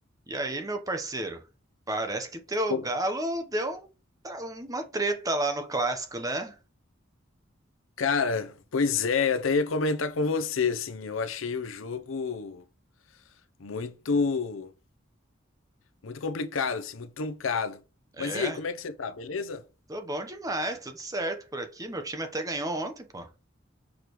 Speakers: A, on the right (about 20°); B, on the left (about 85°).
A: E aí, meu parceiro? Parece que teu
B: Pô,
A: galo deu um tra- uma treta lá no clássico, né?
B: Cara, pois é, eu até ia comentar com você, assim, eu achei o jogo muito, muito complicado, assim, muito truncado.
A: É,
B: Mas e aí, como é que você tá, beleza?
A: tô bom demais, tudo certo por aqui. Meu time até ganhou ontem, pô.